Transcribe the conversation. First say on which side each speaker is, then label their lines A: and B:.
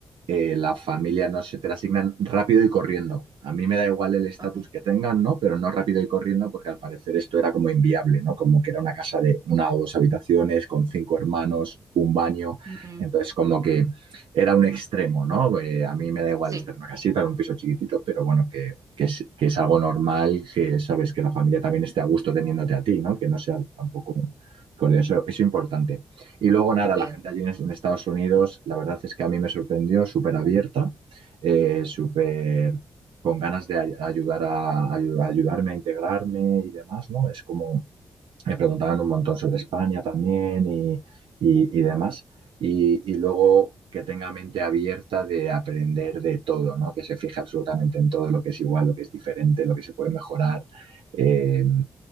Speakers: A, on the right (about 75°); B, on the right (about 40°).
A: eh, la familia no se te la asignan rápido y corriendo. A mí me da igual el estatus
B: ok.
A: que tengan, ¿no? Pero no rápido y corriendo porque al parecer esto era como inviable, ¿no? Como que era una casa de una o dos habitaciones con cinco hermanos, un baño.
B: Mm,
A: Entonces como que era un extremo, ¿no? Eh, a mí me da igual
B: sí,
A: estar en una casita, en un piso chiquitito, pero bueno, que, que, es, que es algo normal, que sabes que la familia también esté a gusto teniéndote a ti, ¿no? Que no sea tampoco un... Eso, eso es importante. Y luego nada,
B: bien,
A: la gente allí en Estados Unidos, la verdad es que a mí me sorprendió, súper abierta, eh, súper con ganas de ay- ayudar a, ayu- ayudarme a integrarme y demás, ¿no? Es como me preguntaban un montón sobre España también y, y- y demás. Y, y luego que tenga mente abierta de aprender de todo, ¿no? Que se fije absolutamente en todo lo que es igual, lo que es diferente, lo que se puede mejorar. Eh,